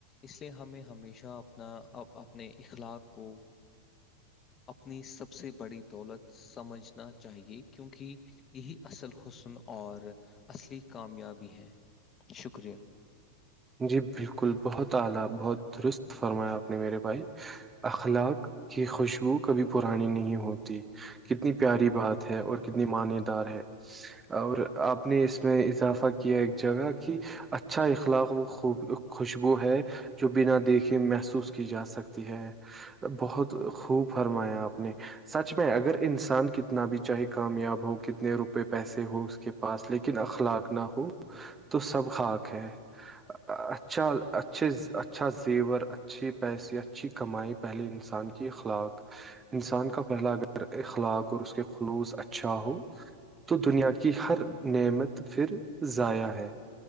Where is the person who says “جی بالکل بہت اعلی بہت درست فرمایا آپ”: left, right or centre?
Right